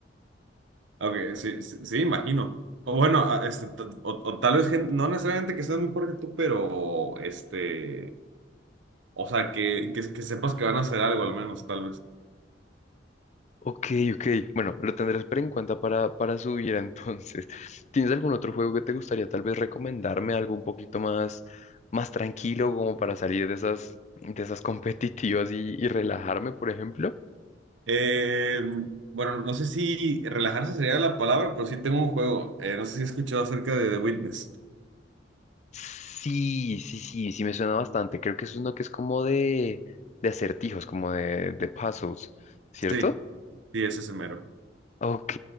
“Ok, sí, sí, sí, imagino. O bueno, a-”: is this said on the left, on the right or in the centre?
Right